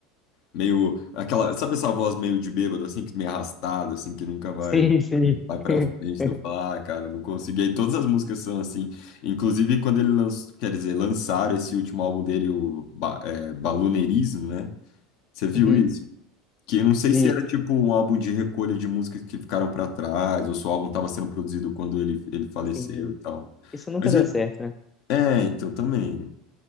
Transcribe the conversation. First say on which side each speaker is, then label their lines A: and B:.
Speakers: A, on the left; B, on the left.
A: Meio aquela, sabe essa voz meio de bêbado, assim, que meio arrastada, assim, que nunca vai,
B: sim, sim.
A: vai pra
B: <laughs>
A: frente. Eu falo, ah, cara, não consegui. E aí todas as músicas são assim. Inclusive, quando ele lançou, quer dizer, lançaram esse último álbum dele, o Ba- é, Baloneirismo, né? Você viu
B: Uhum,
A: isso? Que eu não sei
B: vi.
A: se era tipo um álbum de recolha de músicas que ficaram pra trás, ou se o álbum tava sendo produzido quando ele, ele faleceu
B: Sim.
A: e tal.
B: Isso nunca
A: Mas
B: dá
A: eu-
B: certo, né?
A: é, então também.